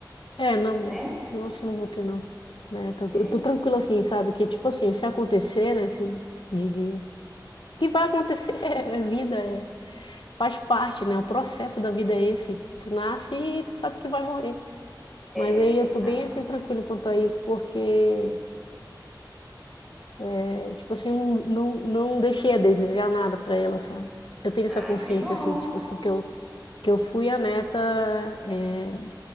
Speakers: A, on the left; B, in the centre.
A: é, não,
B: né?
A: negócio não vou ter, não. Né? Tá-
B: É,
A: Eu tô tranquila assim, sabe? Que, tipo assim, se acontecer, né? Se, de, de... Que vai acontecer, <laughs> é vida, é, faz parte, né? O processo da vida é esse. Tu nasce e tu sabe que vai morrer.
B: é,
A: Mas aí
B: a
A: eu
B: gente
A: tô
B: sabe.
A: bem assim
B: que-
A: tranquila quanto a isso, porque É, tipo assim, não, não, não deixei a desejar nada pra ela, sabe? Eu tenho essa
B: Ai,
A: consciência,
B: que bom.
A: assim, tipo assim, que eu, que eu fui a neta, é,